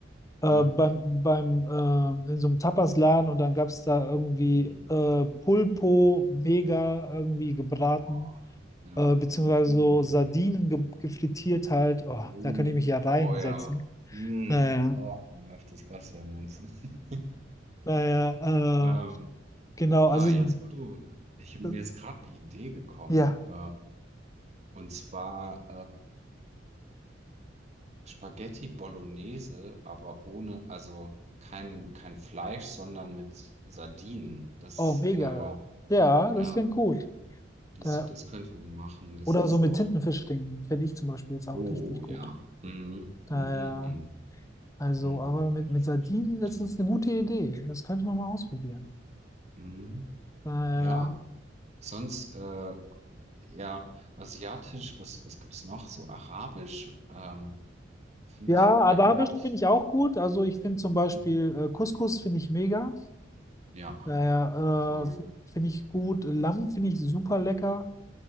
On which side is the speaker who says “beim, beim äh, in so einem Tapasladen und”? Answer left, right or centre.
Left